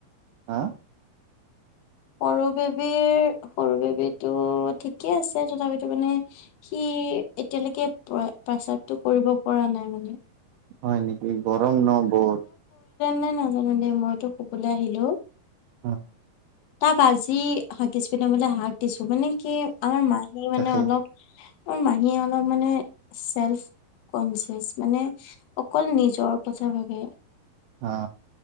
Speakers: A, on the right; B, on the left.
A: হা।
B: সৰু বেবীৰ, সৰু বেবীটো ঠিকে আছে। তথাপিতো মানে সি সি এতিয়ালৈকে প্ৰসাৱটো কৰিব পৰা নাই মানে।
A: হয় নেকি? গৰম ন বহুত।
B: নাই নাজানো দেই, মইতো শুবলৈ আহিলো।
A: অ'।
B: তাক আজি, হাঁগিছ পিন্ধাবলে হাগ দিছোঁ। মানে কি? আমাৰ মাহি মানে
A: তাকে
B: অলপ মাহীয়ে অলপ মানে, চেলফ্লছ কনছিয়াচ মানে। অকল নিজৰ নিজৰ কথা ভাবে।
A: হা।